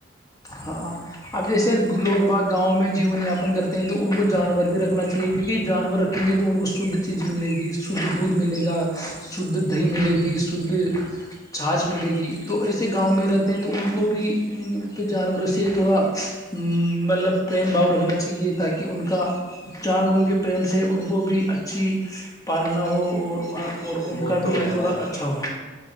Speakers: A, on the left; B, on the left.
A: ہاں اب جیسے لوگ با گاؤں میں جیون یاپن کرتے ہیں تو ان کو جانور بھی رکھنا چاہیے کیونکہ جانور رکھ وں گے تو ان کو شدھ چیز ملے گی شدھ دودھ ملے گا شدھ دہی ملے گی شدھ چھاچھ ملے گی تو ایسے گاؤں میں رہتے ہیں تو ان کو بھی کے جانوروں سے تھوڑا مطلب پریم بھاؤ رکھنا چاہیے تاکہ ان کا جانوروں کے پریم سے ان کو بھی اچھی پالنا ہو اور اور ان
B: وہ
A: کا
B: تو
A: بھی
B: ہے
A: تھوڑا
B: بھائی
A: اچھا ہو